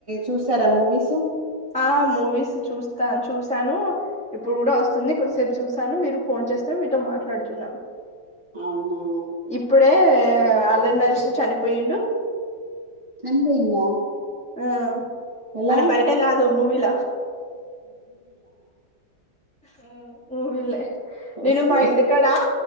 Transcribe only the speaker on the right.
చూసారా మూవీ సం
అవునా
అనుభయింద
హలా
ఓకే